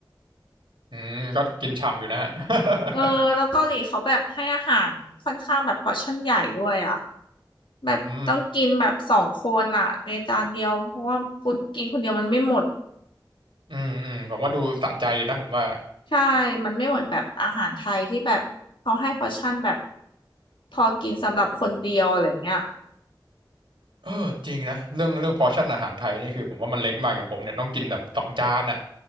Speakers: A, on the right; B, on the left.
A: อืมก็กินฉ่ำอยู่นะฮะ <laughs>
B: เออแล้วเกาหลีเขาแบบให้อาหารค่อนข้างแบบพอร์ชั่นใหญ่ด้วยอ่ะ แบบต้องกินแบบสองคนอ่ะในจานเดียวเพราะว่าคุณกินคนเดียวมันไม่หมด
A: อืมอืมอืมผมว่าดูสะใจนะผมว่า
B: ใช่มันไม่เหมือนแบบอาหารไทยที่แบบเขาให้พอร์ชั่นแบบพอกินสำหรับคนเดียวอะไรเงี้ย
A: เออจริงนะเรื่องเรื่องพอร์ชั่นอาหารไทยนี่คือผมว่ามันเล็กมากอย่างผมเนี่ยต้องกินแบบสองจานอ่ะ